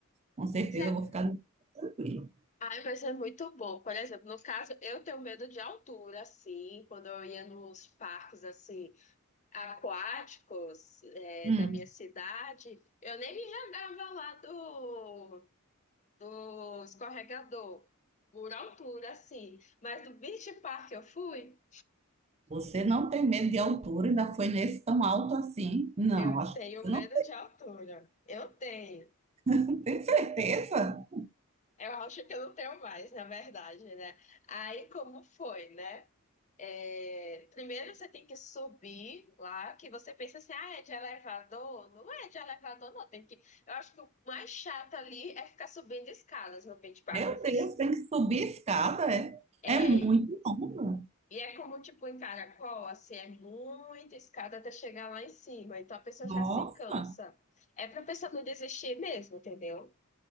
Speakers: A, on the right; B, on the left.
A: Com certeza
B: Mas é-
A: eu vou ficar tranquilo.
B: Ai, mas é muito bom. Por exemplo, no caso, eu tenho medo de altura, assim, quando eu ia nos parques, assim. aquáticos é,
A: Hum,
B: da minha cidade, eu nem me jogava lá do, do escorregador, por altura, assim. Mas do beach park que eu fui,
A: Você não tem medo de altura, ainda foi nesse tão alto assim? Não,
B: eu
A: acho
B: tenho
A: que você
B: medo
A: não
B: de altura. Eu tenho.
A: tem Tem certeza.
B: Eu acho que eu não tenho mais, na verdade, né? Aí como foi, né? É, primeiro você tem que subir lá, que você pensa assim, ah, é de elevador? Não é de elevador, não. Tem que... Eu acho que o mais chato ali é ficar subindo escadas no Beach Park.
A: Meu
B: Eu fiz.
A: Deus, tem que subir a escada, é?
B: É,
A: É muito longa.
B: e é como tipo em Caracol, assim, é muita escada até chegar lá em cima. Então a pessoa
A: Nossa,
B: já se cansa. É pra pessoa não desistir mesmo, entendeu?